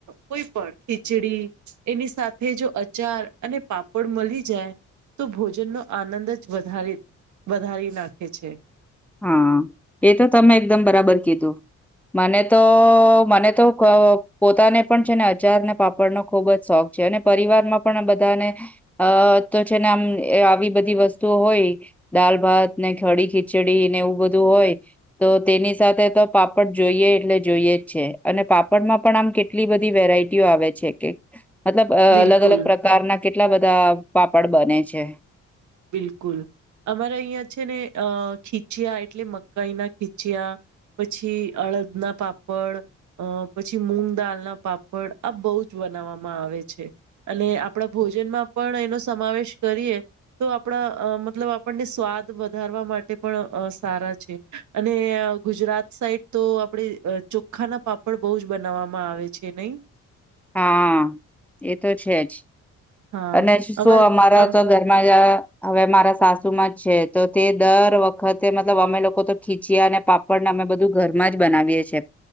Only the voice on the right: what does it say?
કોઈ પણ ખીચડી એની સાથે જો અચાર. અને પાપડ મળી જાય તો ભોજનનો આનંદ જ વધારે વધારી નાખે છે.
બિલકુલ
બિલકુલ અમારે અહિયાં છે ને અ ખીચયા એટલે મકાઈ ના ખીચયા પછી અડદના પાપડ અ પછી મૂગ દળના પાપડ આ બહુ જ બનાવવામાં આવે છે અને આપણા ભોજનમાં પણ એનો સમાવેશ કરીએ. તો આપણા મતલબ આપણને સ્વાદ વધારવા માટે પણ સારા છે અને ગુજરાત સાઈડ તો આપણે ચોખ્ખાના પાપડ બો જ બનાવવામાં આવે છે નહી.
હા
અમારે
આમ